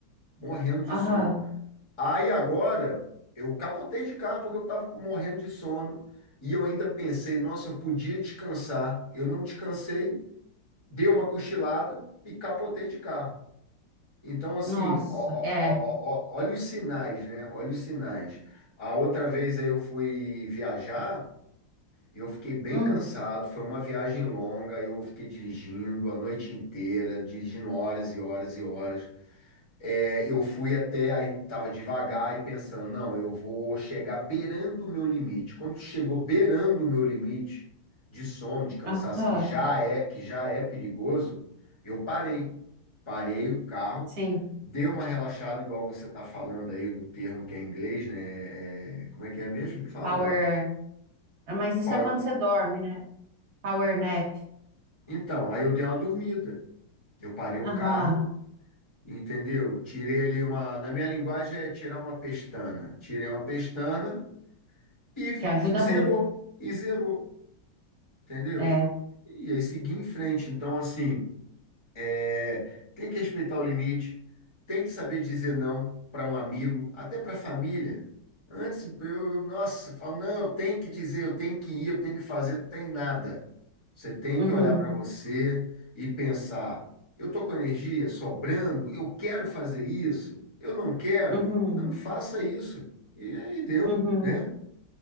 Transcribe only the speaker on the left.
morrendo de
sono. Aí agora eu capotei de carro porque eu tava com- morrendo de sono. E eu ainda pensei, nossa, eu podia descansar. Eu não descansei, dei uma cochilada e capotei de carro. Então, assim,
ó- ó-
ó- ó- olha os sinais, né? Olha os sinais. A outra vez aí eu fui viajar, eu fiquei bem
cansado, foi uma viagem longa, eu fiquei dirigindo a noite inteira, dirigindo horas e horas e horas. É, eu fui até, aí tava devagar e pensando, não, eu vou chegar beirando o meu limite. Quando chegou beirando o meu limite de sono, de cansaço,
que já é, que já é perigoso, eu parei. Parei o carro,
dei uma relaxada, igual você tá falando aí do termo que é em inglês, né? É, é, como é que é mesmo que fala?
É,
power-
Então, aí eu dei uma dormida. Eu parei o
carro. Entendeu? Tirei ali uma. Na minha linguagem é tirar uma pestana. Tirei uma pestana, E
zerou,
e zerou, entendeu?
E aí seguir em frente. Então, assim, é, tem que respeitar o limite, tem que saber dizer não para um amigo, até para a família. Antes, eu, eu- nossa, eu falo, não, eu tenho que dizer, eu tenho que ir, eu tenho que fazer, tem nada. Você tem
que olhar para você e pensar, eu tô com energia sobrando, eu quero fazer isso, eu não quero,
não faça isso. E aí deu,
né?